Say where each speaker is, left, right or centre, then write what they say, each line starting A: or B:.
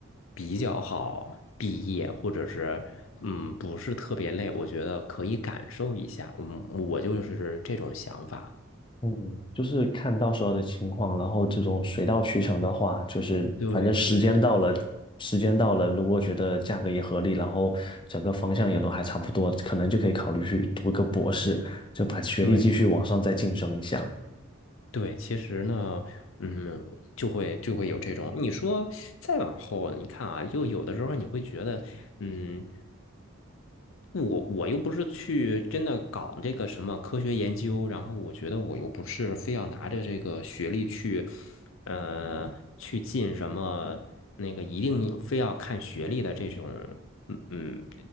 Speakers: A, on the left; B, on the left.
A: 比较好毕业，或者是嗯不是特别累，我觉得可以感受一下。嗯，我就是这种想法。
B: 嗯，就是看到时候的情况，然后这种水到渠成的话，就是反正时间到了，
A: 对对对
B: 时间到了，如果觉得价格也合理，然后整个方向也都还差不多，可能就可以考虑去读个博士，就把学历继续往上再晋升一下。
A: 对对，其实呢，嗯，就会就会有这种。你说再往后，你看啊，又有的时候你会觉得，嗯。我我又不是去真的搞这个什么科学研究，然后我觉得我又不是非要拿着这个学历去，呃，去进什么那个一定非要看学历的这种，嗯嗯，